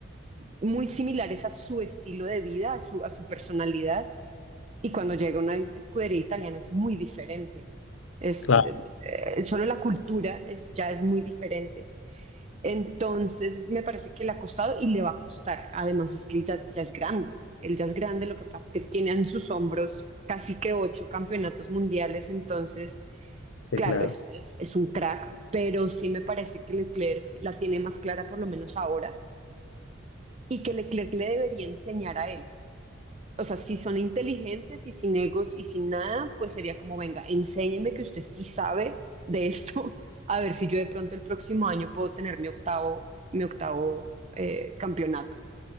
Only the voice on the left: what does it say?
Claro,
sí,
claro.